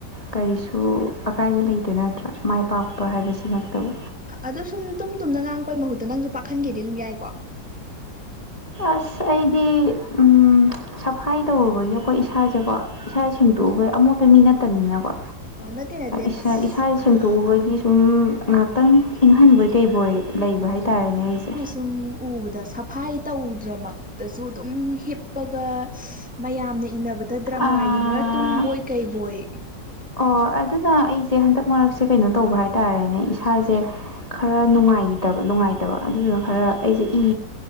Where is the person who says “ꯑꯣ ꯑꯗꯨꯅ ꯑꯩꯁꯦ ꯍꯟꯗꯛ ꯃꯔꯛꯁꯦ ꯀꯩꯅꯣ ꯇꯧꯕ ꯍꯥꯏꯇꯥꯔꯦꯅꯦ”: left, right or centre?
Left